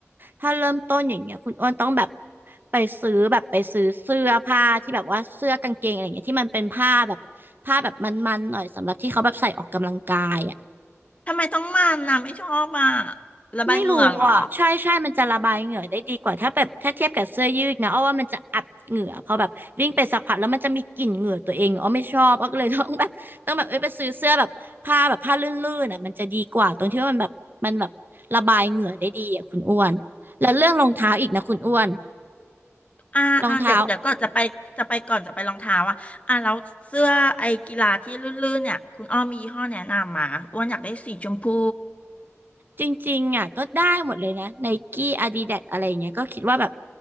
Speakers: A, on the right (about 40°); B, on the left (about 25°).
A: ถ้าเริ่มต้นอย่างเงี้ยคุณอ้นต้องแบบไปซื้อแบบไปซื้อเสื้อผ้าที่แบบว่าเสื้อกางเกงอะไรอย่างเงี้ยที่มันเป็นผ้าแบบผ้าแบบมันๆหน่อยสำหรับที่เขาแบบใส่ออกกำลังกายอ่ะ
B: ทำไมต้องมันนะไม่ชอบอ่ะระบายเหงื่อเหรอ
A: ไม่รู้อ่ะใช่ใช่มันจะระบายเหงื่อได้ดีกว่าถ้าแบบถ้าเทียบกับเสื้อยืดนะอ้อว่ามันจะอับเหงื่อพอแบบวิ่งไปสักพักแล้วมันจะมีกลิ่นเหงื่อตัวเองอ้อไม่ชอบอ้อก็เลยต้องแบบต้องแบบเอ้ยไปซื้อเสื้อแบบผ้าแบบผ้าลื่นๆอ่ะมันจะดีกว่าตรงที่ว่ามันแบบมันแบบระบายเหงื่อได้ดีอ่ะคุณอ้วนแล้วเรื่องรองเท้าอีกนะคุณอ้วน
B: อ่าอ่าเดี๋ยวเดี๋ยวก็จะไปจะไปก่อนจะไปรองเท้าอ่ะอ่ะแล้วเสื้อไอ้กีฬาที่ลื่นๆเนี่ยคุณอ้อมมียี่ห้อแนะนำมาอ้วนอยากได้สีชมพู
A: รองเท้าจริงๆอ่ะก็ได้หมดเลยนะไนกี้อาดิดาสอะไรอย่างเงี้ยก็คิดว่าแบบ